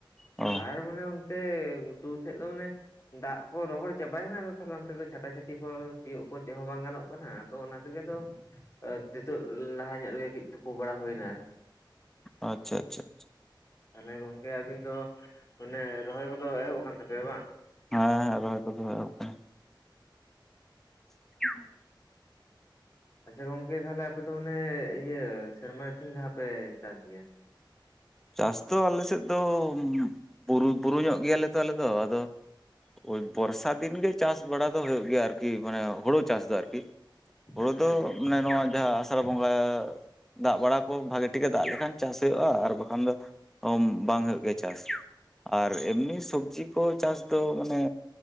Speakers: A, in the centre; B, on the left.
A: ᱚ
B: ᱟᱨ ᱢᱟᱱᱮ ᱚᱱᱛᱮ ᱜᱷᱩᱴᱩ ᱥᱮᱫ ᱫᱚ ᱢᱟᱱᱮ ᱫᱟᱜ ᱠᱚ ᱨᱚᱦᱚᱲ ᱪᱟᱵᱟᱭᱱᱟ ᱟᱫᱚ ᱛᱟᱦᱞᱮ ᱚᱱᱛᱮ ᱫᱚ ᱪᱷᱟᱴ-ᱪᱷᱟᱹᱴᱤ ᱠᱚ ᱥᱤᱭᱳᱜ ᱠᱚ ᱪᱮᱫ ᱦᱚᱸ ᱵᱟᱝ ᱜᱟᱱᱚᱜ ᱠᱟᱱᱟ᱾ ᱛᱚ ᱚᱱᱟ ᱛᱮᱜᱮ ᱫᱚ ᱚᱡ ᱱᱤᱛᱚᱜ ᱞᱟᱦᱟ ᱧᱚᱜ ᱨᱮᱜᱮ ᱠᱟᱹᱡ ᱛᱳᱯᱳ ᱵᱟᱲᱟ ᱦᱳᱭᱱᱟ ᱟᱨᱠᱤ᱾
A: ᱟᱪᱪᱷᱟ ᱟᱪᱪᱷᱟ ᱟᱪᱪᱷᱟ᱾
B: ᱛᱟᱦᱞᱮ ᱜᱚᱝᱠᱮ ᱟᱵᱤᱱ ᱫᱚ ᱚᱱᱮ ᱨᱚᱦᱚᱭ ᱠᱚ ᱫᱚ ᱮᱦᱚᱵ ᱟᱠᱟᱱ ᱛᱟᱯᱮᱭᱟ ᱵᱟᱝ?
A: ᱦᱮᱸ ᱨᱚᱦᱚᱭ ᱠᱚ ᱫᱚ ᱮᱦᱚᱵ ᱠᱟᱱᱟ᱾ <inaudible>
B: ᱟᱪᱪᱷᱟ ᱜᱚᱝᱠᱮ ᱛᱟᱦᱞᱮ ᱟᱯᱮ ᱫᱚ ᱢᱟᱱᱮ ᱤᱭᱟᱹ ᱥᱮᱨᱢᱟ ᱨᱮ ᱛᱤᱱ ᱫᱷᱟᱹᱣ ᱯᱮ ᱪᱟᱥ ᱜᱮᱭᱟ?
A: ᱪᱟᱥ ᱫᱚ ᱟᱞᱮ ᱥᱮᱫ ᱫᱚ ᱵᱩᱨᱩ ᱵᱩᱨᱩ ᱧᱸᱚᱜ ᱜᱮᱭᱟ ᱞᱮ ᱛᱚ ᱟᱞᱮ ᱫᱚ ᱟᱫᱚ ᱳᱭ ᱵᱚᱨᱥᱟ ᱫᱤᱱ ᱜᱮ ᱪᱟᱥ ᱵᱟᱲᱟ ᱫᱚ ᱦᱳᱭᱳᱜ ᱜᱮᱭᱟ᱾ ᱟᱨ ᱠᱤ ᱢᱟᱱᱮ ᱦᱳᱲᱳ ᱪᱟᱥ ᱫᱚ ᱟᱨᱠᱤ᱾ ᱦᱳᱲᱳ
B: ᱟᱪᱪᱷᱟ
A: ᱫᱚ
B: ᱟᱪᱪᱷᱟ
A: ᱢᱟᱱᱮ ᱱᱚᱣᱟ ᱡᱟᱸᱦᱟ ᱟᱥᱟᱲ ᱵᱚᱸᱜᱟ ᱫᱟᱜ ᱵᱟᱲᱟ ᱠᱚ ᱵᱷᱟᱜᱮ ᱴᱷᱤᱠ-ᱮ ᱫᱟᱜ ᱞᱮ ᱠᱷᱟᱱ ᱪᱟᱥ ᱦᱳᱭᱳᱜᱼᱟ᱾ ᱟᱨ ᱵᱟᱠᱷ ᱠᱷᱟᱱ ᱫᱚ ᱚᱢ ᱵᱟᱝ ᱦᱳᱭᱳᱜ ᱜᱮᱭᱟ ᱪᱟᱥ᱾ ᱟᱨ ᱮᱢᱱᱤ ᱥᱚᱵᱡᱤ ᱠᱚ ᱪᱟᱥ ᱫᱚ ᱢᱟᱱᱮ